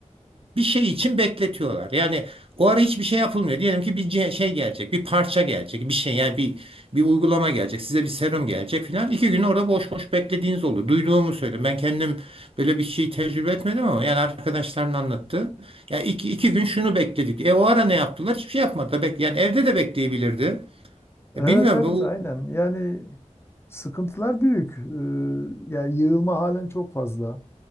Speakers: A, on the right (about 45°); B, on the left (about 20°).
A: e, bir şey için bekletiyorlar. Yani o ara hiçbir şey yapılmıyor. Diyelim ki bir ce- şey gelecek, bir parça gelecek, bir şey yani bir bir uygulama gelecek, size bir serum gelecek filan. İki gün orada boş boş beklediğiniz oldu. Duyduğumu söyle. Ben kendim böyle bir şey tecrübe etmedim ama yani arkadaşların anlattı. Ya iki, iki gün şunu bekledik. E o ara ne yaptılar? Hiçbir şey yapmadı. Bek yani evde de bekleyebilirdi.
B: Evet
A: Ya bilmiyorum
B: evet
A: bu
B: aynen. Yani sıkıntılar büyük. Ee, yani yığılma halen çok fazla.